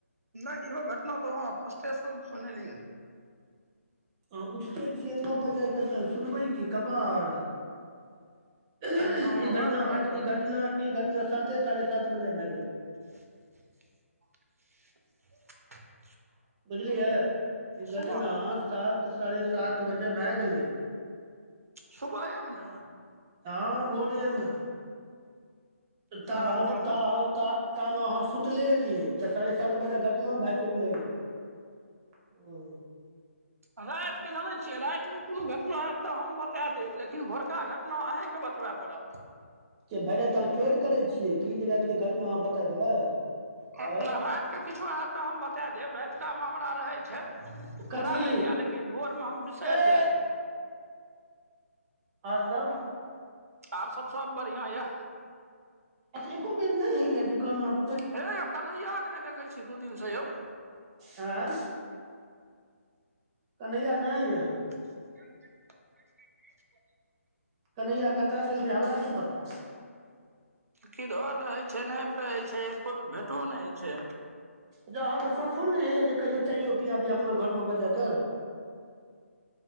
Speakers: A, on the right (about 85°); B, on the right (about 20°).
A: नहि इहो घटना तऽ अहां फर्स्टेसन सुनने रहियै।
B: अहां उठते छियै नओ बजे, तऽ सुनबै की कपाड़। ई
A: हँ वएह
B: घटना
A: कारण
B: आठ
A: तऽ
B: ई घटना ई घटना साते साढ़े सात बजे भए गेलै।
A: <inaudible>
B: बुझलियै, ई
A: सुबह
B: घटना
A: मे
B: सात साढ़े सात बजे भए गेलै।
A: सुबहे में ने?
B: हँ भोरे में। ता
A: हँ
B: हो
A: भोर
B: ता
A: मे
B: हो ता तामे अहाँ सुतले रहियै, तऽ साढ़े सात बजे घटना भए चुकले रहै। हुं।
A: हमरा आर केजानै छियै रातिमे कोनो घटना हैत तऽ हम बता देब लेकिन भोरका घटना अहींके बतबै पड़त।
B: कि भरि राति अहाँ चोरि करै छियै की जे राति के घटना अहाँ बता देबै।
A: नहि
B: आँय
A: राति किछो हयत तऽ हम बता देब, राति का मे हमरा रहै छै पूरा
B: कथी
A: आइडिया लेकिन भोरमे हम बिसरि
B: ऐ
A: जाएब।
B: और सब।
A: आर सब सब बढ़िआँ ये।
B: एको दिन नहि होइये जे कोनो
A: हे यौ, कन्हैयाके नहि देखै छी दू दिनसँ यौ?
B: आंय, कन्हैया नै ये।
A: <inaudible>
B: कन्हैया कतऽ गेल से हमरा कि पता।
A: किधर रहै छै, नहि कहै छै, भेटो नहि होइ छै।
B: जे अहाँके सखो नहि होइए जे कहियो चायो पियाबी अपना घरमे बजा के।